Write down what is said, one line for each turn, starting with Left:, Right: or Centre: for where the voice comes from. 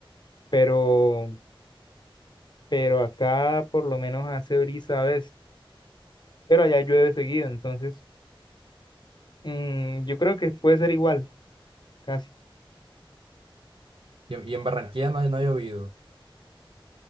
Left: pero pero acá por lo menos hace brisa a veces, pero allá llueve seguido, entonces mm, yo creo que puede ser igual, casi.
Right: Y, y en Barranquilla no, no ha llovido.